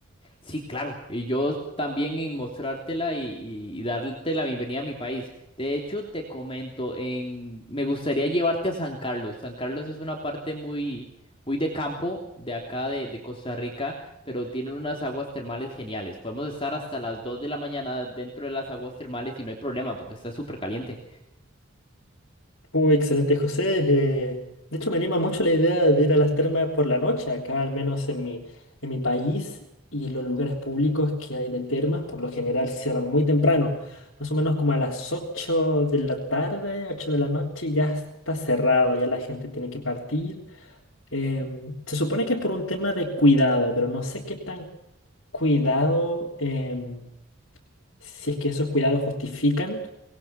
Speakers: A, on the left (about 25°); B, on the left (about 65°).
A: Sí, claro. Y yo también en mostrártela y, y- y darte la bienvenida a mi país. De hecho, te comento, en... me gustaría llevarte a San Carlos. San Carlos es una parte muy, muy de campo de acá de, de Costa Rica, pero tiene unas aguas termales geniales. Podemos estar hasta las 2 de la mañana dentro de las aguas termales y no hay problema porque está súper caliente.
B: Uy, excelente, José. Eh, de hecho, me anima mucho la idea de ir a las termas por la noche, acá al menos en mi, en mi país y los lugares públicos que hay de termas, por lo general cierran muy temprano, más o menos como a las 8 de la tarde, 8 de la noche, ya está cerrado, ya la gente tiene que partir. Em, se supone que es por un tema de cuidado, pero no sé qué tan cuidado, em, si es que esos cuidados justifican.